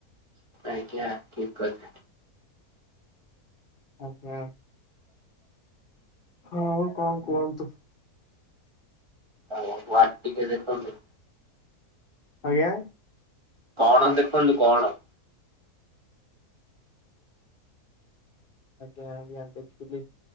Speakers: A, on the right; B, on the left.
A: ଆଜ୍ଞା ଠିକ୍ କଥା।
B: ଆଜ୍ଞା ଆଉ କଣ କୁହନ୍ତୁ?
A: <unintelligible> ଟିକେ ଦେଖନ୍ତୁ।
B: ଆଜ୍ଞା।
A: କଣ ଦେଖନ୍ତୁ କଣ?
B: ଆଜ୍ଞା ଆଜ୍ଞା ଦେଖିଲି।